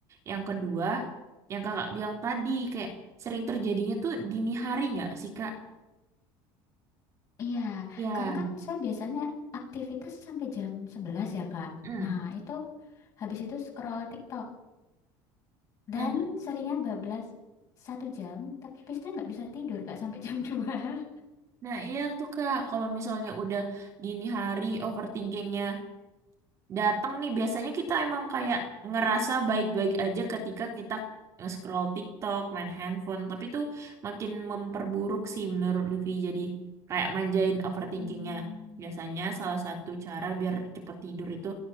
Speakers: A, on the right; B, on the left.
A: yang kedua, yang kakak bilang tadi kayak sering terjadinya tuh dini hari nggak sih kak?
B: iya
A: Ya,
B: karena kan saya biasanya aktivitas sampai jam 11 ya kak
A: mm.
B: nah itu habis itu scroll TikTok dan
A: Nah,
B: seringnya bablas satu jam tapi habis itu nggak bisa tidur kak sampai jam 2 <laughs>
A: nah iya tuh Kak, kalau misalnya udah dini hari overthinkingnya datang nih biasanya kita emang kayak ngerasa baik-baik aja ketika kita scroll TikTok, main handphone, tapi tuh makin memperburuk sih menurut Lutfi Jadi kayak manjain overthinkingnya.
B: mm
A: Biasanya salah satu cara biar cepet tidur itu